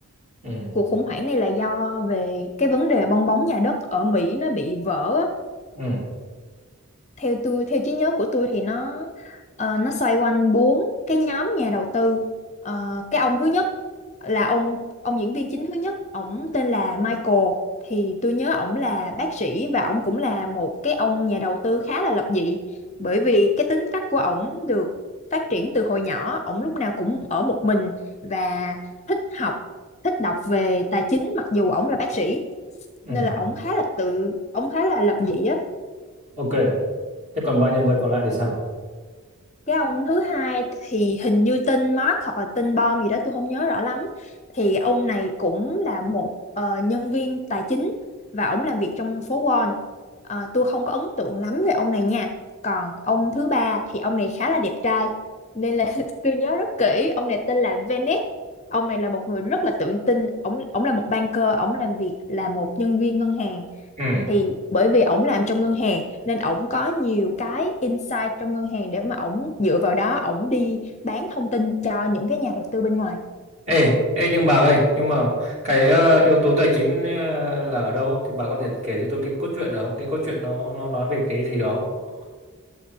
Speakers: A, on the right; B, on the left.
A: Ừ.
B: cuộc khủng hoảng này là do về cái vấn đề bong bóng nhà đất ở Mỹ nó bị vỡ á
A: Ừ.
B: theo tôi theo trí nhớ của tôi thì nó ờ, nó xoay quanh bốn cái nhóm nhà đầu tư Ờ, cái ông thứ nhất là ông ông diễn viên chính thứ nhất ổng tên là Michael thì tôi nhớ ổng là bác sĩ và ổng cũng là một cái ông nhà đầu tư khá là lập dị bởi vì cái tính cách của ổng được phát triển từ hồi nhỏ ổng lúc nào cũng ở một mình và thích học thích đọc về tài chính mặc dù ổng là bác sĩ
A: Ừ.
B: nên là ổng khá là tự ổng khá là lập dị á
A: Ok. Thế còn ba nhân vật còn lại thì sao?
B: cái ông thứ hai thì hình như tên Mark hoặc là tên Bom gì đó tôi không nhớ rõ lắm thì ông này cũng là một ờ, nhân viên tài chính và ông làm việc trong phố Wall Ờ, tôi không có ấn tượng lắm về ông này nha còn ông thứ ba thì ông này khá là đẹp trai nên là <laughs> tôi nhớ rất kỹ ông này tên là Venice ông này là một người rất là tự tin ông ông là một banker ông làm việc là một nhân viên ngân hàng
A: Ừ.
B: thì bởi vì ổng làm trong ngân hàng nên ổng có nhiều cái insight trong ngân hàng để mà ổng dựa vào đó ổng đi bán thông tin cho những cái nhà đầu tư bên ngoài
A: Ê, ê nhưng bà ơi, nhưng mà cái ờ, yếu tố tài chính ờ, là ở đâu thì bà có thể kể cho tôi cái cốt truyện đó không? Cái cốt truyện nó nó nói về cái gì đó. không?